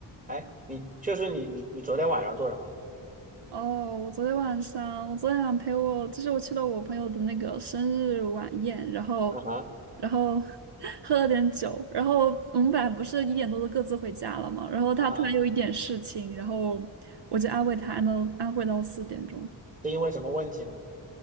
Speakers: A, on the right (about 15°); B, on the right (about 60°).
A: 哎，你就是你你你昨天晚上做什么了？
B: 哦，我昨天晚上，我昨天晚上陪我，就是我去了我朋友的那个生日晚宴，然后，
A: 啊哈
B: 然后 <laughs> 喝了点酒，然后我们本来不是一点多就各自回家了嘛，然后他突然有一点事情，
A: 啊哈，
B: 然后我就安慰他，安到安慰到四点钟。
A: 是因为什么问题呢？